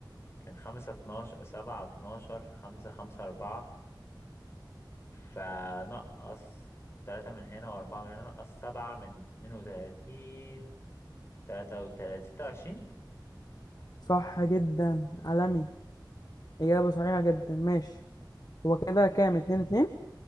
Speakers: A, on the left (about 35°); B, on the left (about 50°).
A: كان خمسة اتناشر سبعة اتناشر خمسة خمسة أربعة فنقص تلاتة من هنا وأربعة من هنا نقص سبعة من اتنين وتلاتين تلاتة وتلاتين ستة وعشرين
B: صح جدا عالمي اجابة صحيحة جدا ماشي هو كده كام اتنين اتنين